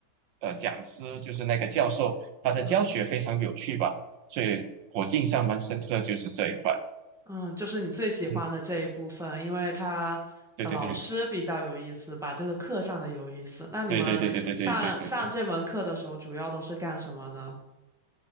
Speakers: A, on the right; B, in the centre.
A: 呃讲师，就是那个教授，他的教学非常有趣吧，
B: 嗯。
A: 所以我印象蛮深刻的就是这一块。
B: 嗯，就是你最喜欢的这一部分，
A: 嗯，
B: 因为他呃老师比较有意思把这个课上的有意思。
A: 对对对
B: 那你们上上这门课的时候，
A: 对对对对对对对对对对。
B: 主要都是干什么呢？